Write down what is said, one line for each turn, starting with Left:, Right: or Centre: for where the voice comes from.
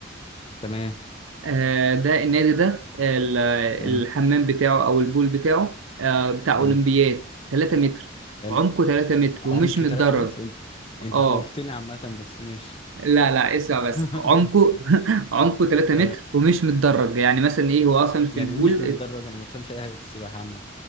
Left: تمام
Right: آه ده النادي ده ال-
Left: تمام
Right: الحمام بتاعه او البول بتاعه آه بتاع
Left: تمام
Right: اولمبياد 3 متر
Left: حلو
Right: عمقه 3 متر
Left: عمق
Right: ومش
Left: 3
Right: متدرج
Left: متر انت انت
Right: اه
Left: خوفتني عامة بس ماشي
Right: لا لا اسمع بس
Left: <laughs>
Right: عمقه <laughs> عمقه 3
Left: تمام
Right: متر ومش متدرج يعني مثلا ايه هو اصلا في
Left: يعني
Right: البول
Left: ايه مش متدرج انا ما بفهمش اي حاجة في السباحة عامة